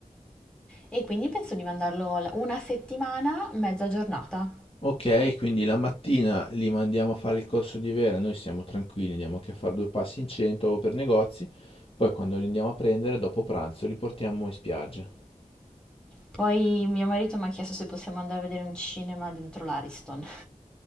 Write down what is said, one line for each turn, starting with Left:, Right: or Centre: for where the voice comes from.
Centre: E quindi penso di mandarlo la- una settimana, mezza giornata.
Left: Ok, quindi la mattina li mandiamo a fare il corso di Vera, noi siamo tranquilli, andiamo anche a fare due passi in centro o per negozi, poi quando li andiamo a prendere dopo pranzo li portiamo in spiaggia.
Centre: Poi mio marito mi ha chiesto se possiamo andare a vedere un cinema dentro l'Ariston,